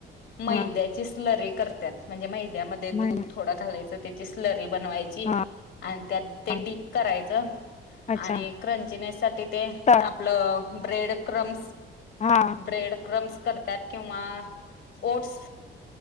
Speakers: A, on the left; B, on the left.
A: मैद्याची
B: हा
A: स्लरी करत्यात म्हणजे मैद्यामध्ये
B: नाही
A: दूध
B: नाही
A: थोडं घालायचं त्याची स्लरी बनवायची
B: हा
A: आणि त्यात ते
B: हा
A: डीप करायच
B: अच्छा
A: आणि क्रंचीनेस साठी ते
B: तर
A: आपलं ब्रेड क्रम
B: हा
A: ब्रेड क्रम्स करत्यात किंवा ओट्स